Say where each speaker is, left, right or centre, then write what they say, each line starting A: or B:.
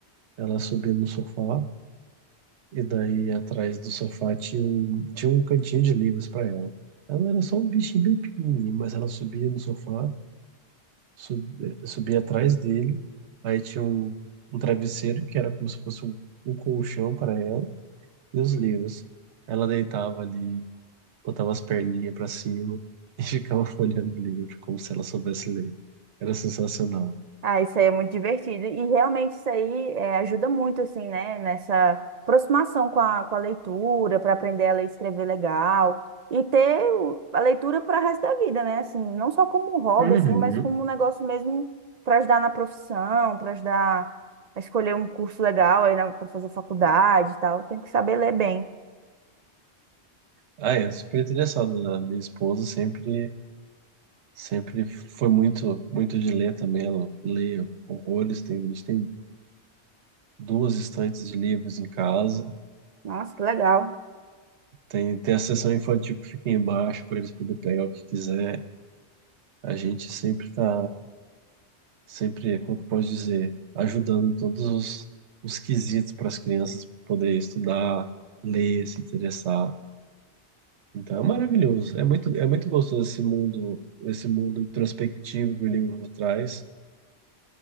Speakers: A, on the right (about 85°); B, on the right (about 50°).
A: ela subia no sofá e daí atrás do sofá tinha um, tinha um cantinho de livros para ela. Ela era só um bichinho bem pequenininho, mas ela subia no sofá, sub, eh, subia atrás dele, aí tinha um, um travesseiro que era como se fosse um, um colchão para ela e os livros. Ela deitava ali, botava as perninhas para cima <laughs> e ficava folheando o livro como se ela soubesse ler. Era sensacional.
B: Ah, isso aí é muito divertido. E realmente isso aí é, ajuda muito, assim, né? Nessa aproximação com a, com a leitura, para aprender a ler e escrever legal. E ter o- a leitura para o resto da vida, né? Assim, não só como um hobby,
A: Uhum.
B: assim, mas como um negócio mesmo para ajudar na profissão, para ajudar a escolher um curso legal aí para fazer faculdade e tal. Tem que saber ler bem.
A: Ah, é super interessado. né? A minha esposa sempre, sempre foi muito, muito de ler também. Ela lê horrores. Tem, a gente tem duas estantes de livros em casa.
B: Nossa, que legal.
A: Tem, tem a seção infantil que fica embaixo para eles poderem pegar o que quiser. A gente sempre está, sempre, como que eu posso dizer, ajudando em todos os, os quesitos para as crianças poderem estudar, ler, se interessar. Então é maravilhoso. É muito, é muito gostoso esse mundo, esse mundo introspectivo que o livro traz.